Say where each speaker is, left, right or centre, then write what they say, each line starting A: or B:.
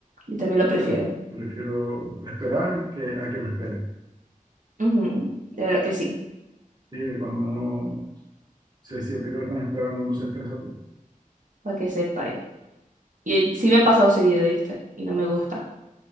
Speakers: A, on the right (about 65°); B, on the right (about 30°).
A: Yo también lo prefiero.
B: Pref- prefiero esperar que, a que me esperen.
A: Ujú, De verdad que sí,
B: Sí, que cuando uno se siente que lo están esperando, uno se estresa todo.
A: para que sepa. Y eh, sí me ha pasado seguido, ¿viste? Y no me gusta.